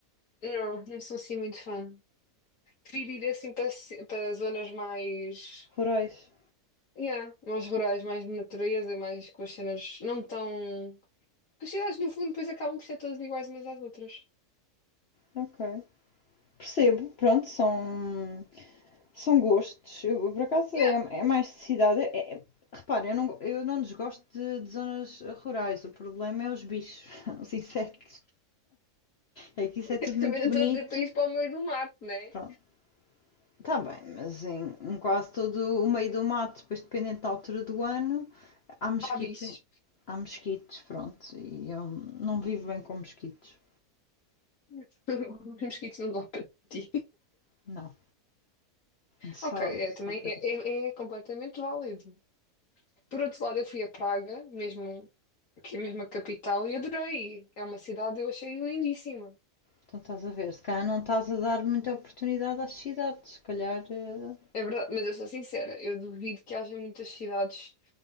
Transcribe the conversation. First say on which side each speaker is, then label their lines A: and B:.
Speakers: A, on the left (about 65°); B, on the left (about 45°).
A: Não, não sou assim muito fã. Prefiro ir assim para, ci- para zonas mais.
B: rurais.
A: Yeah, mais rurais, mais de natureza, mais com as cenas não tão. que As cidades, no fundo, depois acabam por ser todas iguais umas às outras.
B: Ok. Percebo, pronto, são, são gostos. Eu, por acaso
A: Yeah.
B: é, é mais de cidade. É, é- repara, eu não, go- eu não desgosto de, de zonas rurais. O problema é os bichos, <laughs> os insetos. É que isso
A: <laughs>
B: é tudo
A: Também
B: muito
A: não
B: bonito.
A: estou a dizer para ir para o meio do mato, né?
B: Pronto, está bem, mas em, em quase todo o meio do mato, depois dependendo da altura do ano, há mosquitos.
A: Há bichos.
B: em- Há mosquitos, pronto. E eu não vivo bem com mosquitos.
A: <laughs> Os mosquitos não dá para ti.
B: Não. Só,
A: Ok, é,
B: só
A: também
B: por
A: é,
B: isso.
A: é, é completamente válido. Por outro lado, eu fui a Praga, mesmo, que é mesmo a capital, e adorei. É uma cidade, eu achei lindíssima.
B: Então estás a ver, se calhar não estás a dar muita oportunidade às cidades, se calhar. eh,
A: É verdade, mas eu sou sincera, eu duvido que haja muitas cidades